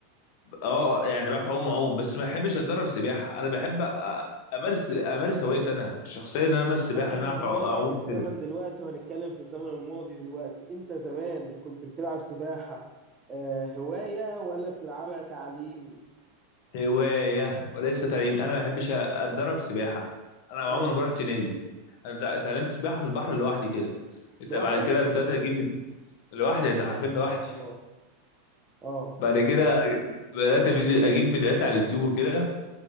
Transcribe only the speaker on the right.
يعني احنا
لو
هنرجع
بالزمن
دلوقتي وهنتكلم في الزمن الماضي دلوقتي انت زمان كنت بتلعب سباحه آه، هوايه ولا بتلعبها تعليم
ايوه
لوحدك
ما شاء الله اه